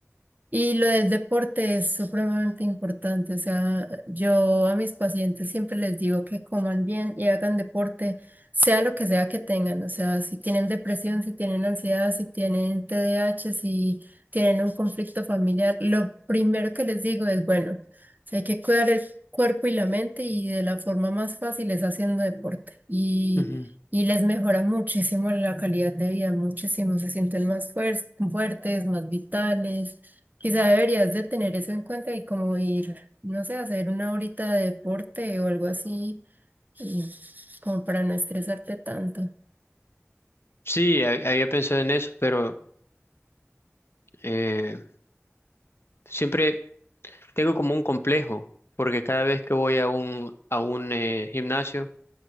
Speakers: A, on the right; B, on the left.
A: Y lo del deporte es supremamente importante. O sea, yo a mis pacientes siempre les digo que coman bien y hagan deporte, sea lo que sea que tengan. O sea, si tienen depresión, si tienen ansiedad, si tienen T D A H si tienen un conflicto familiar, lo primero que les digo es, bueno, o sea, hay que cuidar el cuerpo y la mente y de la forma más fácil es haciendo deporte. Y,
B: Ujú.
A: y les mejora muchísimo la calidad de vida, muchísimo. Se sienten más fuer- fuertes, más vitales. Quizá deberías de tener eso en cuenta y como ir, no sé, hacer una horita de deporte o algo así, y como para no estresarte tanto.
B: Sí, ha- había pensado en eso, pero eh, siempre tengo como un complejo, porque cada vez que voy a un, a un eh, gimnasio,